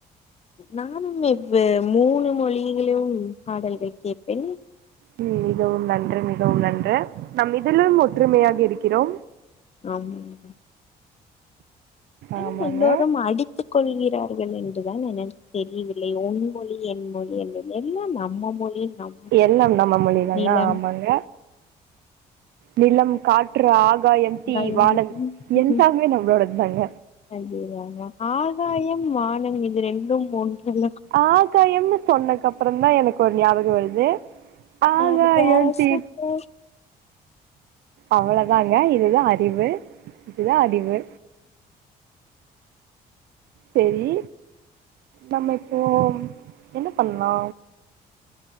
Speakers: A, on the left; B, on the right.
A: நானு இவ்வு மூணு மொழிகளு பாடல்கள் கேட்பே
B: ம் மிகவு நன்று மிகவு நன்று நம் இதலு ஒற்றுமையாக இருக்கிறோ
A: ஆம்மா <inaudible> ஏ
B: ஆமாங்க
A: எல்லோரு அடிக் த்து கொள்கிறார்கள் என்றுதா எனக்கு தெரிவில்லை உன் மொழி என் மொழி என்று எல்லா நம்ம மொழி நம்
B: எல்லாம் நம்ம மொழி தாங்க
A: நிலம்
B: ஆமாங்க நிலம் காற்று ஆகாயம் தீ
A: பயம்
B: வானம் எல்லாமே நம்மளோடதாங்க
A: அய்யோ ராமா ஆகாயம் வானம் இது ரெண்டும் ஒன்றுல்ல
B: ஆகாயம்னு சொன்னதுக்கு அப்புற தா எனக்கு ஒரு ஞாபகோ வருது
A: நா
B: ஆகாயம்
A: முக்க
B: தீ
A: <inaudible> போ
B: அவ்வளோதாங்க இதுதா அறிவு இதுதா அறிவு செரி நம்ம இப்போ என்ன பண்லா